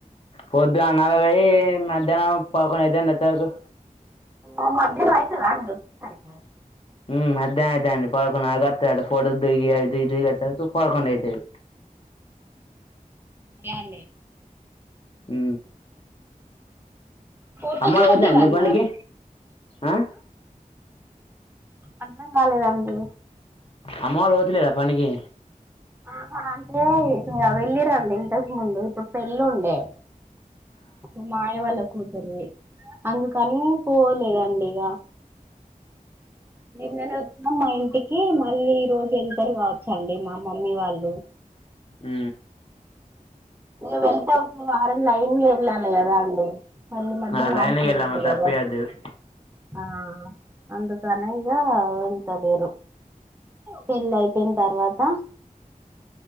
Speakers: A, on the left (about 40°); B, on the right (about 15°).
A: పొద్దు నాలుగు పోయి మధ్యాహ్నం పదకొండు ఐద్దండి వచ్చేవరకు
B: ఆ మధ్యానం అయితద అండి వచ్చేసరికి
A: ఉ మధ్యానం అయిత అండి పదకొన్నరకు వస్తాడంట ఫోటో దిగి ఐ దిగి ఇ దిగి అచ్చే వరకు పదకొండైతది
B: ఏవండీ
A: ఉ
B: ఫోటోస్
A: అమ్మా
B: కూడా
A: పోట్లే
B: దిగాల్నా
A: అండి పనికి ఆ
B: అర్ధం కాలేదండి
A: అమ్మ వాళు పోతలేరా పనికి
B: ఆహ అంటే ఇగ వెళ్ళి రండి ఇంతకు ముందు ఇప్పుడు పెళ్ళి ఉండి తే మా మావయ్య వాళ్ళది కొత్తదే అందుకని పోలేదండి ఇక నిన్ననే వచ్చన్నాం మా ఇంటికి మళ్ళీ ఈ రోజు వెళ్తారు కావచ్చండి మా మమ్మీ వాళ్ళు
A: హు
B: నువవు వెళ్తా ఒక వారం లైన్ వెళ్ళాలి కదా అండి మళ్ళీ మధ్యలో
A: ఆ లైన్గ
B: ఆగిపోకూడదు
A: ఎలా మత్త
B: కదా
A: అప్పి అదిది <inaudible>
B: ఆ అందు తనిగా వెళ్ంతలేరు పెళ్ళి అయిపోయిన తర్వాత